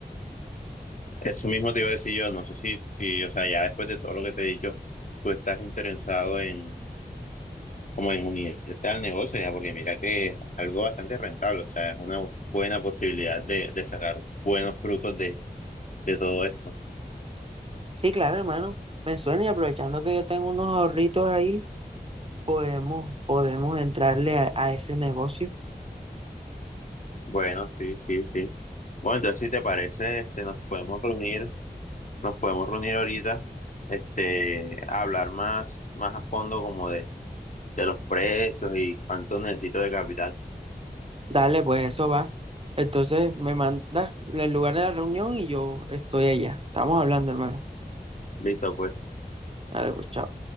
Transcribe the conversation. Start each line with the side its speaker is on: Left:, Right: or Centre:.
Left: Eso mismo te iba a decir yo, no sé si, si, o sea, ya después de todo lo que te he dicho, tú estás interesado en, como en unirte al negocio, ya, porque mira que es algo bastante rentable, o sea, es una buena posibilidad de, de sacar buenos frutos de, de todo esto.
Right: Sí, claro, hermano, me suena y aprovechando que yo tengo unos ahorritos ahí, podemos, podemos entrarle a, a ese negocio.
Left: Bueno, sí, sí, sí. Bueno, entonces si te parece, este, nos podemos reunir, nos podemos reunir ahorita, este, a hablar más, más a fondo como de, de los precios y cuánto necesito de capital.
Right: Dale, pues eso va. Entonces me mandas el lugar de la reunión y yo estoy allá. Estamos hablando, hermano.
Left: Listo, pues.
Right: Dale, pues chao.